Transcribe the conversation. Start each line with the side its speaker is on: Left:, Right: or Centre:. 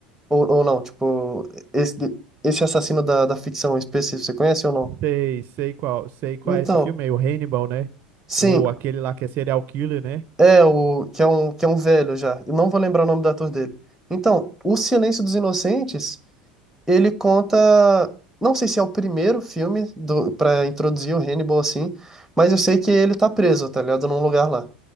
Centre: Ou, ou não, tipo, esse, esse assassino da, da ficção específica você conhece ou não?
Right: Sei, sei qual, sei qual
Centre: Então,
Right: é esse filme aí, o Hannibal, né?
Centre: sim,
Right: Ou aquele lá que é serial killer, né?
Centre: é o que é um, que é um velho já. Eu não vou lembrar o nome do ator dele. Então, O Silêncio dos Inocentes, ele conta, não sei se é o primeiro filme do para introduzir o Hannibal assim, mas eu sei que ele tá preso, tá ligado, num lugar lá.